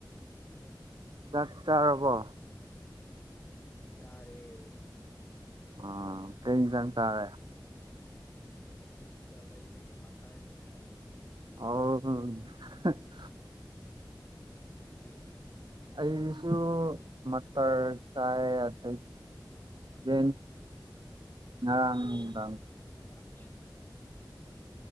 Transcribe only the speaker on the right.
ꯆꯥꯛ ꯆꯥꯔꯕꯣ
ꯑ ꯀꯩ ꯆꯥꯡ ꯆꯥꯔꯦ
ꯑꯥꯎ
ꯑꯩꯁꯨ ꯃꯜ ꯆꯥꯏ ꯑꯩ ꯥꯏ ꯉꯔ